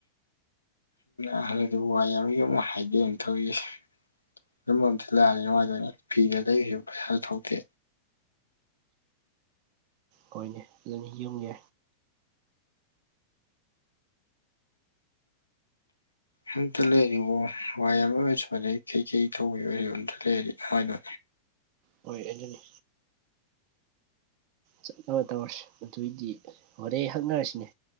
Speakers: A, on the left; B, on the right.
A: ꯑꯍꯅꯗ ꯋꯥ ꯌꯥꯎꯔ ꯑꯃꯨꯛ ꯍꯥꯏꯕꯤ ꯑꯃꯨ ꯊꯧꯔꯤꯁꯦ ꯌꯝꯕ ꯑꯝꯇ ꯂꯥꯛꯑꯅꯤ ꯅꯨꯡꯉꯥꯏꯗꯣꯏꯅꯤ ꯐꯤꯗ ꯂꯩꯁꯤ ꯄꯩꯁꯥꯁꯨ ꯊꯧꯇꯦ
B: ꯍꯣꯏꯅꯦ ꯑꯗꯨꯅꯤ ꯌꯨꯝꯒꯤ
A: ꯑꯝꯇ ꯂꯩꯔꯔꯤꯕ ꯍꯏ ꯑꯃ ꯑꯣꯏꯔꯁꯨ ꯃꯗꯩ ꯀꯩꯀꯩ ꯇꯧꯕ ꯑꯣꯏꯔ ꯑꯝꯇ ꯂꯩꯔꯗꯤ ꯍꯋꯥꯏꯗ
B: ꯍꯣꯏ ꯑꯦꯟꯇꯅꯤ ꯆꯠꯅꯕ ꯇꯧꯔꯁꯤ ꯑꯗꯨꯑꯣꯏꯗꯤ ꯍꯣꯔꯦꯟ ꯍꯛꯅꯔꯁꯤꯅꯦ